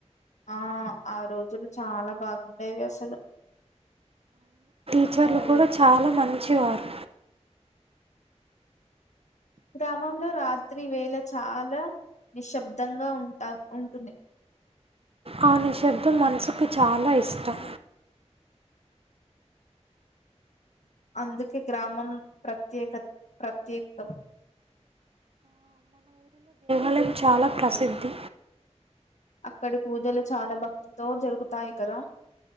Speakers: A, on the left; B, on the right.
A: ఆహ్ ఆ రోజులు చాలా బాగుండేవి అసలు.
B: లెక్చర్లు కూడా చాలా మంచివారు.
A: గ్రామంలో రాత్రి వేళ చాలా నిశ్శబ్దంగా ఉంటా ఉంటుంది.
B: ఆ నిశబ్దం మనసుకు చాలా ఇష్టం
A: అందుకే గ్రామం ప్రత్యేక ప్రత్యేకం
B: కాలం చాలా ప్రసిద్ధి.
A: అక్కడి పూజలు చాలా భక్తితో జరుగుతాయి కదా.